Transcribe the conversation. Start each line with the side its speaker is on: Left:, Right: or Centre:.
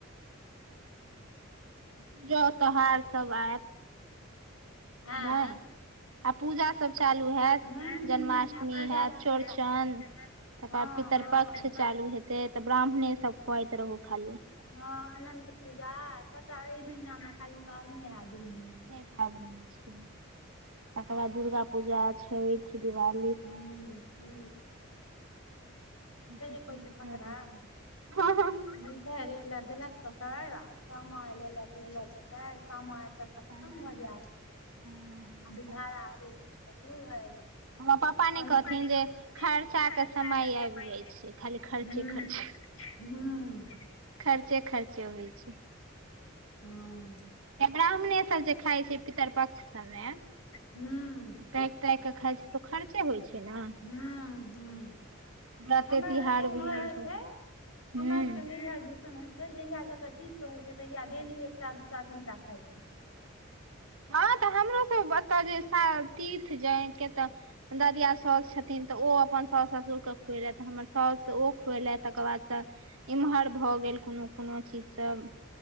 Right: पूजा त्योहार सब आयत।
Left: आँय
Right: नहि, आ पूजा सब। चालू हैत,
Left: हुँ हुँ
Right: जन्माष्टमी
Left: आ पूजा
Right: हैत,
Left: सब
Right: चौरचन
Left: सबटा
Right: तकर
Left: हँ
Right: बाद पितृपक्ष
Left: हँ
Right: चालू हेतै, तऽ ब्राह्मणेसभ खुआइत रहू खाली।
Left: हँ अनन्त पूजा, सबटा एहि महिनामे खाली पाबने हैत दुनूमे।
Right: पाबनै छियै, तकर बाद दुर्गा पूजा, छैठि, दिवाली
Left: कालि पु
Right: सबसँ
Left: अतै नै कहै
Right: पैघ
Left: छै फकड़ा
Right: तऽ एतऽ छै हँ हँ
Left: <unintelligible> साएर एल देलक पसारि, आ रामा लेल लेलकि कालि सामा एत तऽ खतम
Right: हँ
Left: भऽ जायत,
Right: हँ हँ
Left: आ बैसय भाड़ा आबैत त शुरू भ जायइ छै। हॅ
Right: हमर पापा
Left: वीके,
Right: नहि कहथिन
Left: पप्पा
Right: जे
Left: नहि
Right: खर्चा
Left: कहलखिन
Right: के समय
Left: जे
Right: आबि
Left: खर्चा
Right: जाइ छै
Left: त
Right: खाली खर्चे
Left: समइ
Right: खर्चे
Left: रहत, हुं हू।
Right: खर्चे- खर्चे होइ छै।
Left: हँ।
Right: ब्राह्मणेसभ जे खाइत छै। पितरपक्ष सभमे।
Left: हुँ
Right: ताकि -ताकि कऽ खाइ छै तऽ, खर्चे होइ छै ने।
Left: हुँ हुँ
Right: व्रते
Left: हमरा
Right: तिहार
Left: सब के उमहर
Right: भेल
Left: होइ छै।
Right: हूँ
Left: हमरा सब के नैहर दिसन हो फ जहियआ जेकर तीथ रहैत छै। तहिया डेली एकटा दू- टा, तीन टा खाइत छै।
Right: हँ, तऽ हमरो सब ओतअ जे तीर्थ जायन के तऽ। दरिया सासु छथिन तऽ ओ अपन सास ससुरके खुएलथि, हमर साासस ओ खुएलथि, तकर बादसँ इम्हर भए गेल कोनो -कोनो चीज सब,